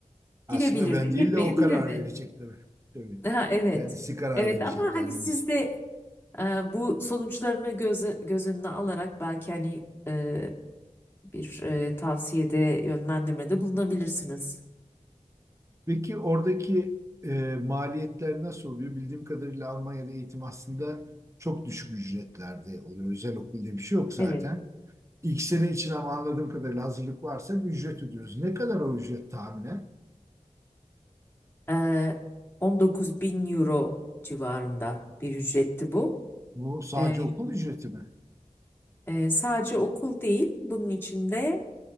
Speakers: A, on the right (about 20°); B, on the left (about 15°).
A: Aslında
B: girebilir
A: ben
B: de girmeyebilir
A: değil de o karar verecek tabii. Tabii.
B: Ha, evet.
A: Kendisi karar
B: Evet
A: verecek
B: ama
A: yani
B: hani siz
A: biz
B: de e, bu sonuçlarını göz, göz önüne alarak belki hani e, bir e, tavsiyede yönlendirmede bulunabilirsiniz.
A: Peki oradaki e, maliyetler nasıl oluyor? Bildiğim kadarıyla Almanya'da eğitim aslında çok düşük ücretlerde oluyor. Özel okul diye bir şey yok zaten.
B: Evet.
A: İlk sene için ama anladığım kadarıyla hazırlık varsa bir ücret ödüyoruz. Ne kadar o ücret tahminen?
B: E, 19 bin euro civarında bir ücretti bu.
A: Bu sadece
B: E,
A: okul ücreti mi?
B: e, sadece okul değil bunun içinde